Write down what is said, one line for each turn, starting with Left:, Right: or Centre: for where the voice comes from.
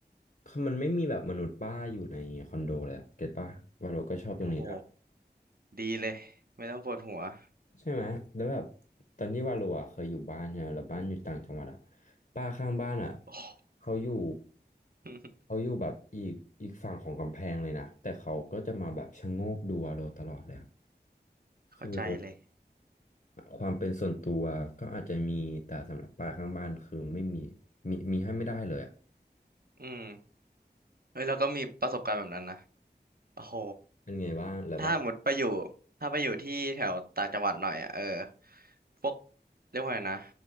Left: คือมันไม่มีแบบมนุษย์ป้าอยู่ในคอนโดเลยอะเก็ตปะวาโลก็ชอบตรงนี้แหละ
Right: โอ้โหดีเลยไม่ต้องปวดหัว <laughs>
Left: ใช่ไหมแล้วแบบตอนที่ว่าเราอะเคยอยู่บ้านเนี่ยแล้วบ้านอยู่ต่างจังหวัดอะป้าข้างบ้านอะ
Right: โอ้โห
Left: เขาอยู่
Right: <laughs>
Left: เขาอยู่แบบอีกอีกฝั่งของกำแพงเลยนะแต่เขาก็จะมาแบบชะโงกดูเราตลอดเลยอะ
Right: เข้าใจเลย
Left: คือความเป็นส่วนตัวก็อาจจะมีแต่สำหรับป้าข้างบ้านคือไม่มีมีมีให้ไม่ได้เลยอะ
Right: อืม เฮ้ยเราก็มีประสบการณ์แบบนั้นนะโอ้โห
Left: เป็นไงบ้างแล้วแบบ
Right: ถ้าหมดไปอยู่ถ้าไปอยู่ที่แถวต่างจังหวัดหน่อยอ่ะเออพวกเรียกว่าไงนะ